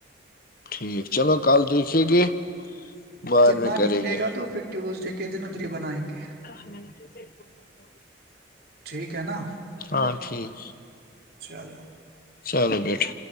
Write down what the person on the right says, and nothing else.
کتنا
نکلے
گا تو پھر ٹیوزڈے کے ک دن ہی بنائیں گے
ٹھیک <inaudible> کیانا
چلو